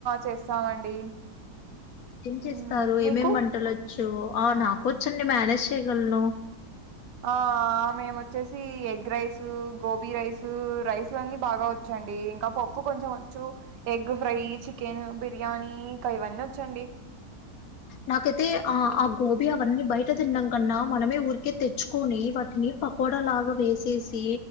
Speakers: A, on the right (about 80°); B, on the left (about 65°).
A: చేస్తామండి
B: ఏం చేస్తారు
A: మ్మ్ మీకు
B: ఏమేమి వంటలు వచ్చ చ్చు ఆ నాకూ వచండి మేనేజ్ చేయగలను
A: ఆ మేము వచ్చేసి ఎగ్ రైసు, గోబీ రైసూ రైస్లన్నీ బాగా వచ్చండి. ఇంకా పప్పు కొంచెం వచ్చు. ఎగ్ ఫ్రై చికెన్ బిర్యానీ ఇంకా ఇవన్నీ వచ్చండి.
B: నాకైతే ఆ ఆ గోబీ అవన్నీ బయట తినడం కన్నా మనమే ఊరికే తెచ్చుకొని వాటిని పకోడా లాగా వేసేసి